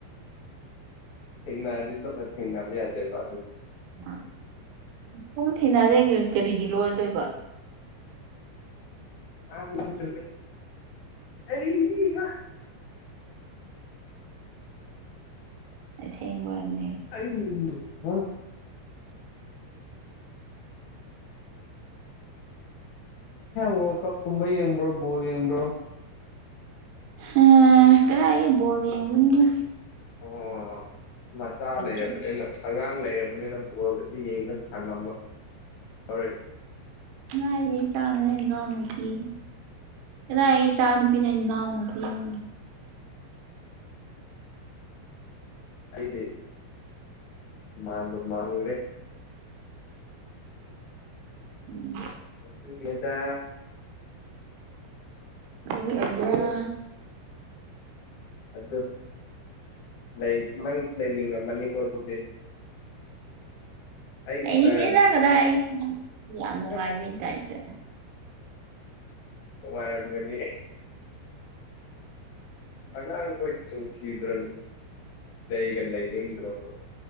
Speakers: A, on the left; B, on the right.
A: ꯊꯦꯡꯅꯔꯗꯤ ꯂꯣꯠꯅ ꯊꯦꯡꯅꯕ ꯌꯥꯗꯕꯥ
B: ꯃꯥ ꯗꯨꯝ ꯊꯦꯡꯅꯗꯩꯁꯤ ꯀꯔꯤꯒꯤ ꯂꯣꯔꯗꯣꯏꯕ <inaudible>
A: ꯃꯥꯅꯤꯅꯦ ꯆꯨꯃꯤꯅꯦ ꯑꯩꯍꯥ
B: ꯑꯁꯦꯡꯕꯅꯦ
A: ꯑꯩ ꯑ ꯋꯥꯔꯜ ꯀꯞ ꯀꯨꯝꯕ ꯌꯦꯡꯕ꯭ꯔꯣ ꯕꯣꯜ ꯌꯦꯡꯕ꯭ꯔꯣ
B: ꯍꯥ ꯀꯔꯥꯏꯗꯒꯤ ꯕꯣꯜ ꯌꯦꯡꯕꯅꯣꯗ
A: ꯑꯣ ꯃꯆꯥ
B: ꯌꯦꯡꯗ꯭ꯔꯦ
A: ꯂꯩꯔꯕꯗꯤꯅ ꯑꯉꯥꯡ ꯂꯩꯔꯕꯅꯤꯅ ꯕꯣꯜꯒꯁꯦ ꯌꯦꯡꯗ ꯁꯪꯉꯝꯃ- ꯔꯣꯏ
B: ꯀꯗꯥꯏꯗꯒꯤ ꯏꯆꯥꯅꯣ ꯏꯅꯥꯎꯅꯨꯄꯤꯅꯤ ꯆꯥꯅ ꯄꯤꯅ ꯏꯅꯥꯎꯅꯨꯄꯤꯅꯦ
A: ꯑꯩꯗꯤ ꯃꯥꯟꯕꯨ ꯃꯜꯂꯨꯔꯦ
B: ꯎꯝ
A: ꯑꯗꯨꯒꯤꯅꯤꯗ
B: ꯑꯗꯨꯒꯤ ꯑꯩꯌꯥ
A: ꯑꯗꯣ ꯂꯩ ꯅꯪ ꯂꯩꯅꯤꯡꯉꯝꯃꯅꯤꯀꯣ ꯑꯗꯨꯗꯤ ꯑꯩ
B: ꯂꯩꯅꯤꯡꯗꯦꯗꯥ
A: ꯈꯛꯇꯔꯅꯦ
B: ꯀꯗꯥꯏꯒꯤ ꯌꯥꯝ ꯅꯨꯡꯉꯥꯏꯕꯩ
A: ꯑ
B: ꯇꯥꯏꯞꯇ
A: ꯅꯨꯡꯉꯥꯏꯔꯝꯒꯅꯤ ꯑꯉꯥꯡ ꯑꯩꯈꯣꯏꯗꯤ ꯅꯨꯡꯁꯤꯗ꯭ꯔꯅꯦ ꯂꯩꯒ ꯂꯩꯅꯤꯡꯗ꯭ꯔꯣꯕ